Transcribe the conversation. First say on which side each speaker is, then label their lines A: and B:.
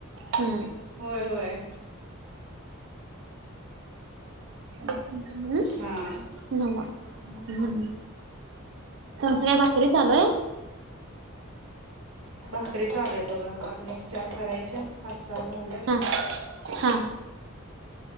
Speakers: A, on the right; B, on the right.
A: हं
B: होय होय
A: <unintelligible> हम्
B: हा
A: नवा हं. तुमचं काय भाकरी चालूये?
B: भाकरीच चालू आहेत बघा, अजून एक चार करायच्या, पाच सहा झाल्यात.
A: हा हा